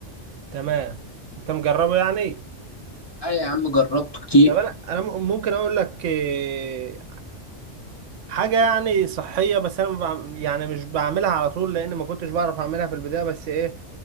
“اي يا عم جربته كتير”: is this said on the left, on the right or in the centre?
Left